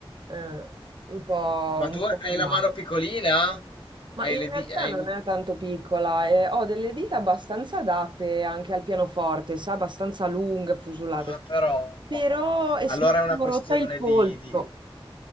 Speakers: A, on the right; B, on the left.
A: eh, un po',
B: Ma
A: un
B: tu
A: po'
B: hai
A: in
B: la
A: là.
B: mano piccolina?
A: Ma
B: Hai
A: in
B: le
A: realtà
B: di... hai-
A: non è tanto piccola, e ho delle dita abbastanza adatte anche al pianoforte, sa, abbastanza lunghe, fusulate,
B: Ah, però.
A: però e
B: Allora
A: s- mi
B: è una
A: sono
B: questione
A: rotta il polso.
B: di, di...